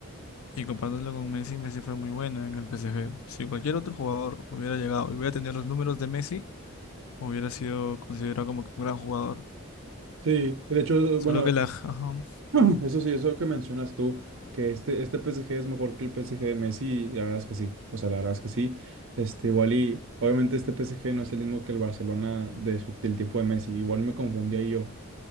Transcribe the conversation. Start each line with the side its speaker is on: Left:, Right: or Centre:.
Left: Y comparándolo con Messi, Messi fue muy bueno en el PSG. Si cualquier otro jugador hubiera llegado y hubiera tenido los números de Messi, hubiera sido considerado como que un gran jugador.
Right: Sí, de hecho,
Left: Solo
Right: bueno,
Left: que la... ajá.
Right: <clears throat> eso sí, eso que mencionas tú, que este, este PSG es mejor que el PSG de Messi, la verdad es que sí, o sea, la verdad es que sí. Este, igual y, obviamente este PSG no es el mismo que el Barcelona de su, del tiempo de Messi, igual me confundí ahí yo.